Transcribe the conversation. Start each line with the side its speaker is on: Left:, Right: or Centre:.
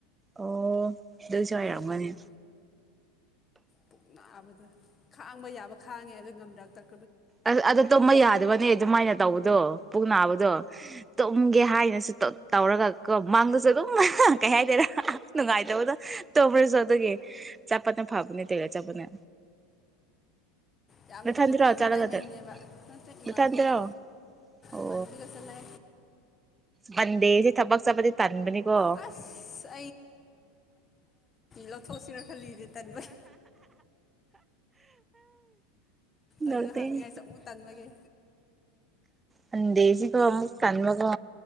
Right: ꯑꯣ ꯑꯗꯨꯏꯁꯨ
Left: ꯑꯗꯨꯒꯤꯔ
Right: ꯑꯣꯏꯔꯝꯒꯅꯤ
Left: ꯈꯪꯗꯦ ꯄꯨꯛ ꯅꯥꯕꯗ ꯈꯥꯡꯕ ꯌꯥꯕ ꯈꯥꯡꯉꯦ ꯑꯗꯨ ꯉꯝꯗꯕꯇꯛ
Right: ꯑꯁ ꯑꯗꯨꯗꯣ ꯇꯨꯝꯕ ꯌꯥꯗꯕꯅꯦ ꯑꯗꯨꯃꯥꯏꯅ ꯇꯧꯕꯗꯣ ꯄꯨꯛ ꯅꯥꯕꯗꯣ ꯇꯨꯝꯒꯦ ꯍꯥꯏꯅꯁꯨ ꯇꯧꯔꯒ ꯀꯣ ꯃꯥꯡꯗꯁꯨ ꯑꯗꯨꯝ ꯀꯩ ꯍꯥꯏꯗꯣꯏꯅꯣ ꯅꯨꯡꯉꯥꯏꯇꯕꯗꯣ ꯇꯣꯕ꯭ꯔꯁꯨ ꯑꯗꯨꯒꯤ ꯆꯥꯠꯄꯅ ꯐꯥꯕꯅꯦ ꯇꯣꯏꯂꯦꯠ ꯆꯠꯄꯅ
Left: ꯌꯥꯝ
Right: ꯅꯊꯟꯗꯔꯣ
Left: ꯇꯨꯝꯕ ꯅꯨꯡꯉꯥꯏꯕ
Right: ꯆꯠꯂꯒ
Left: ꯇꯥꯏꯃꯤꯡꯅꯦꯕ ꯅꯠꯇ꯭ꯔꯦ ꯏꯃꯥꯟꯕꯤ
Right: ꯅꯊꯟꯗꯔꯣ
Left: ꯒ
Right: ꯑꯣ
Left: ꯏꯃꯥꯟꯕꯤꯒ ꯆꯠꯂꯦ
Right: ꯃꯟꯗꯦꯁꯦ ꯊꯕꯛ ꯆꯠꯄꯗꯤ ꯇꯟꯕꯅꯤꯀꯣ
Left: ꯑꯁ ꯂꯧ ꯊꯣꯛꯑꯁꯤꯔ ꯈꯜꯂꯤꯅꯦ ꯇꯟꯕꯩ
Right: ꯅꯣꯛꯅꯤꯡ
Left: ꯑꯗꯨ ꯍꯪꯅꯤꯡꯉꯥꯏꯁꯨ ꯑꯃꯨꯛ ꯇꯟꯕꯒꯤ
Right: ꯁꯟꯗꯦꯁꯦ ꯑꯃꯨꯛ ꯇꯟꯕꯀꯣ